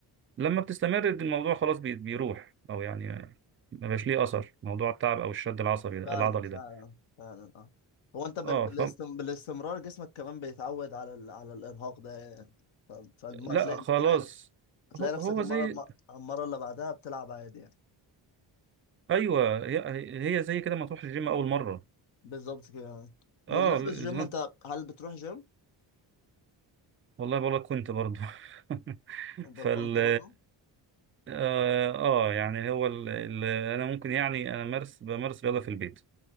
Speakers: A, on the right (about 30°); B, on the left (about 80°).
A: لما بتستمر الموضوع خلاص بي- بيروح او يعني ما بقاش ليه اثر موضوع التعب او الشد العصبي ده
B: فعلا
A: العضلي
B: فعلا
A: ده
B: فعلا اه هو انت بال...
A: اه
B: بالاستم...
A: ف
B: بالاستمرار جسمك كمان بيتعود على ال... على الارهاق ده يعني ف... فالم...
A: لا
B: تلاقي
A: خلاص
B: تلاقي تلاقي
A: هو
B: نفسك
A: هو
B: المره
A: زي
B: الم... المره اللي بعدها بتلعب عادي يعني
A: ايوه هي هي زي كده ما تروح الجيم اول مره
B: بالظبط كده بمناسبة
A: اه
B: الجيم
A: زمان
B: انت هل بتروح جيم؟
A: والله بقول لك كنت برضه <laughs>
B: بطلت
A: فال
B: برضه؟
A: اه آه، يعني هو ال... ال... انا ممكن يعني انا مارس بمارس رياضه في البيت